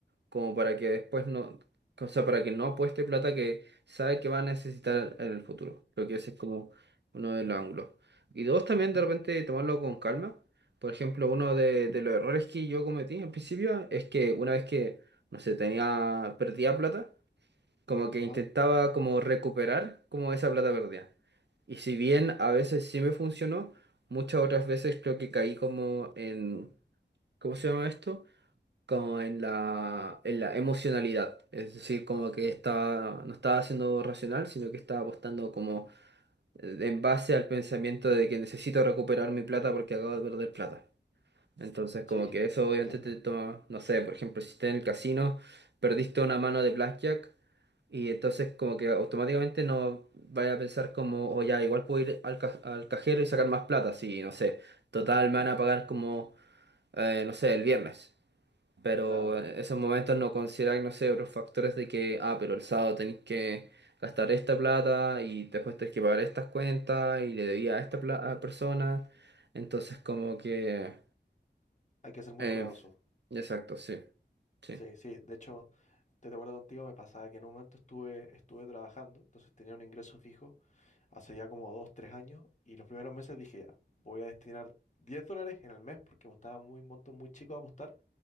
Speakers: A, on the right (about 70°); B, on the left (about 40°).
A: Como para que después no, o sea, para que no apueste plata que sabe que va a necesitar en el futuro. Lo que ese es como uno de los ángulos. Y dos, también de repente tomarlo con calma. Por ejemplo, uno de, de los errores que yo cometí al principio es que una vez que, no sé, tenía, perdía plata como que
B: Ajá.
A: intentaba como recuperar como esa plata perdida. Y si bien a veces sí me funcionó, muchas otras veces creo que caí como en, ¿cómo se llama esto? Como en la, en la emocionalidad. Es decir, como que estaba, no estaba siendo racional, sino que estaba apostando como eh, en base al pensamiento de que necesito recuperar mi plata porque acabo de perder plata. Entonces, como
B: Sí,
A: que eso
B: te
A: obviamente
B: entiendo.
A: te toma, no sé, por ejemplo, si estás en el casino, perdiste una mano de blackjack y entonces como que automáticamente no vaya a pensar como, o ya, igual puedo ir al, ca- al cajero y sacar más plata, si, no sé, total me van a pagar como, eh, no sé, el viernes. Pero
B: Claro,
A: en esos momentos no consideráis, no sé, otros factores de que, ah, pero el sábado tenéis que gastar esta plata y después tenéis que pagar estas cuentas y le debía a esta pla- a persona. Entonces, como que...
B: hay que ser muy
A: Eh,
B: cuidadoso.
A: exacto, sí, sí.
B: Sí, sí. De hecho, estoy de acuerdo contigo, me pasaba que en un momento estuve, estuve trabajando, entonces tenía un ingreso fijo hace ya como dos, tres años, y los primeros meses dije ya, voy a destinar 10 dólares en el mes porque apostaba muy montos muy chicos a apostar